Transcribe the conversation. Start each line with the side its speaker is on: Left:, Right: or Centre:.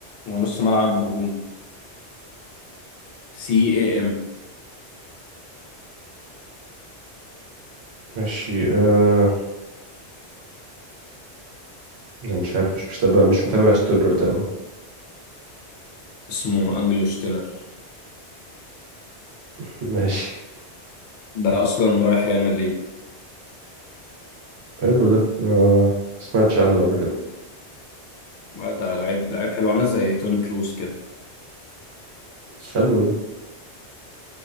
Left: هو نص ملعب هجومي سي اي ام
Right: ماشي آه... أنا مش عارف مش متابع مش متابع ستودر ده أوي
Left: اسمه أنجلو شتيلر
Right: <laughs> ماشي
Left: ده أصلا رايح ريال مدريد
Right: حلو ده آه... ما سمعتش عنه قبل كده
Left: ده لعيب لعيب حلو عامل زي توني كروس كده
Right: حلو ده